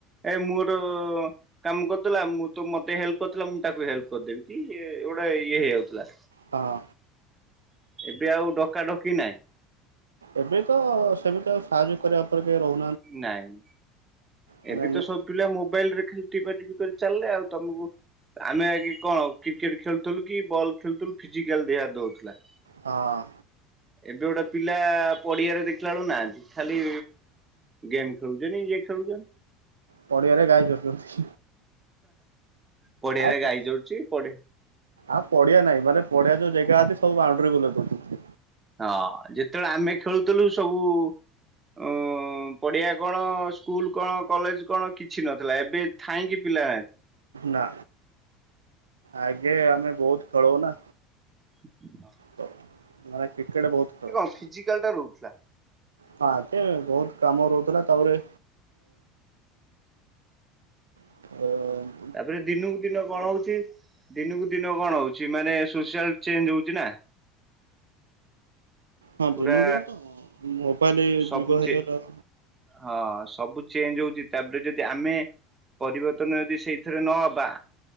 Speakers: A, on the right (about 20°); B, on the right (about 85°).
A: ଏ <unintelligible> କାମ କତୁଲା ମୁଁ ତୁ ମତେ ହେଲ୍ପ କରୁଥିଲା ମୁଁ ତାକୁ ହେଲ୍ପ କରିଦେବି କି ଗୋଟେ ଇଏ ହେଇଯାଉଥିଲା।
B: ହଁ।
A: ଏବେ ଆଉ ଡକା ଡକି ନାଇଁ।
B: ଏବେ ତ ସେମ୍ତି ସାହାଯ୍ୟ କରିବା ଉପରେ କେହି ରହୁ
A: ନାଇଁ
B: ମାନେ
A: ଏବେ ତ ସବ୍ ପିଲା ମୋବାଇଲ୍ ରେ ଖାଲି ଟିପା ଟିିପ୍ କରି ଚାଲ୍ଲେ ଆଉ ତମକୁ ଆମେ ଆଜି କଣ କ୍ରିକେଟ୍ ଖେଳୁଥିଲୁ କି ବଲ୍ ଖେଳୁଥିଲୁ ଫିଜିକାଲ୍ ଦେହା ଦଉଥିଲା।
B: ହଁ।
A: ଏବେ ଗୋଟେ ପିଲା ପଡିଆରେ ଦେଖିଲା ବେଳକୁ ନାହାନ୍ତି ଖାଲି ଗେମ୍ ଖେଳୁଚନ୍ତି ଇଏ ଖେଳୁଚନ୍ତି।
B: ପଡିଆରେ ଗାଈ ଚରୁଛନ୍ତି
A: ପଡିଆରେ
B: ଆଉ
A: ଗାଈ ଚର୍ଚି ପଡି
B: ଆଉ ପଡିଆ ନାାଇଁ ମାନେ ପଡିଆ ଯୋଉ ଜାଗା ଅଛି ସବୁ ବାଉଣ୍ଡ୍ରୀ ବୁଲେଇ ଦଉଚନ୍ତି।
A: ହଁ ଯେତେବେଳେ ଆମେ ଖେଳୁଥିଲୁ ସବୁ ଉଁ ପଡିଆ କଣ ସ୍କୁଲ୍ କଣ କଲେଜ୍ କଣ କିଛି ନଥିଲା ଏବେ ଥାଇଁକି ପିଲା
B: ନା ଆଗେ ଆମେ ବହୁତ୍ ଖଳଉନା।
A: <inaudible>
B: ତ ମୋର୍ କ୍ରିକେଟ୍ ବୋହୁତ୍ ଫେବ
A: ଫିଜିକାଲ୍ ଟା ରହୁଥିଲା।
B: ହଁ ଆଗେ ବୋହୁତ୍ କାମ ରହୁଥିଲା ତାପରେ ଉଁ
A: ତାପ୍ରେ ଦିନକୁ ଦିନ କଣ ହଉଚି ଦିନକୁ ଦିନ କଣ ହଉଚି ମାନେ ସୋସିଆଲ ଚେଞ୍ଜ ହଉଚି ନା।
B: ହଁ
A: ପୁରା
B: ଦିନକୁ ଦିନ ତ ଭୋପାଲି
A: ସବୁ
B: ଯୋଗ
A: ଚେ
B: ହେଇଗଲା।
A: ହଁ ସବୁ ଚେଞ୍ଜ ହଉଚି ତାପ୍ରେ ଯଦି ଆମେ ପରିବର୍ତ୍ତନ ଯଦି ସେଇଥିରେ ନହବା